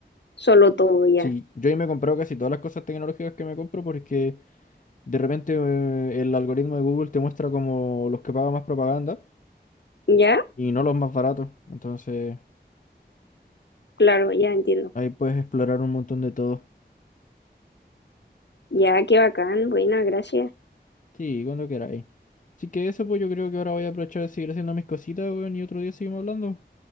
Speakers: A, on the left; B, on the left.
A: Solo todo, ya.
B: Sí, yo ya me he comprado casi todas las cosas tecnológicas que me compro porque de repente eh, el algoritmo de Google te muestra como los que pagan más propaganda
A: ¿Ya?
B: y no los más baratos. Entonces
A: Claro, ya entiendo.
B: ahí puedes explorar un montón de todo.
A: Ya, qué bacán, buena, gracias.
B: Sí, cuando queráis. Así que eso pues yo creo que ahora voy a aprovechar de seguir haciendo mis cositas, weón, y otro día seguimos hablando.